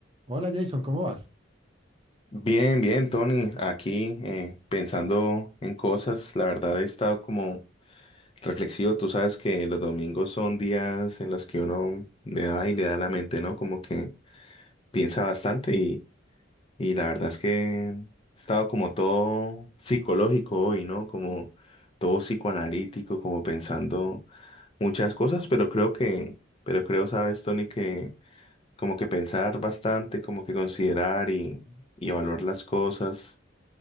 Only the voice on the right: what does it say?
Hola Jason, ¿cómo vas?